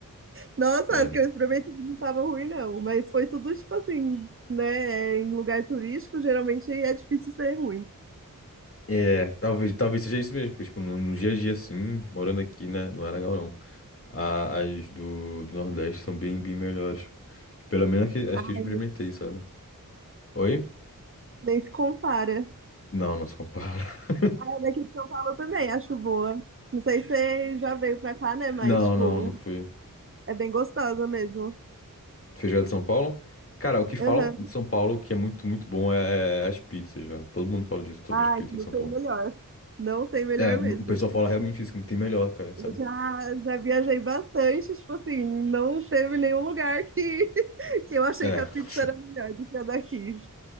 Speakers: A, on the right (about 40°); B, on the left (about 40°).
A: Nossa,
B: Sério.
A: as que eu experimentei não estavam ruim, não. Mas foi tudo, tipo assim, né? Em lugar turístico, geralmente é difícil ser ruim.
B: É, talvez, talvez seja isso mesmo, porque, tipo, no, no dia a dia, assim, morando aqui, né, não é legal, não. A- as do, do Nordeste são bem, bem melhores. Pelo menos que, as
A: Ah,
B: que eu experimentei, sabe? Oi?
A: nem se compara.
B: Não, não se compara. <laughs>
A: A daqui de São Paulo também, acho boa. Não sei se você já veio pra cá, né? Mas,
B: Não,
A: tipo,
B: não, não fui.
A: é bem gostosa mesmo.
B: Feijoada de São Paulo? Cara, o que falam
A: Aham.
B: de São Paulo que é muito, muito bom é as pizzas, velho. Todo mundo fala disso sobre
A: Ai,
B: as pizzas
A: não
B: de São
A: tem
B: Paulo.
A: melhor. Não tem melhor
B: É, n-
A: mesmo.
B: o pessoal fala realmente isso, que não tem melhor, cara, sabe?
A: Eu já, já viajei bastante, tipo assim, não teve nenhum lugar que, <laughs> que eu achei
B: É.
A: que a pizza
B: <laughs>
A: era melhor do que a daqui.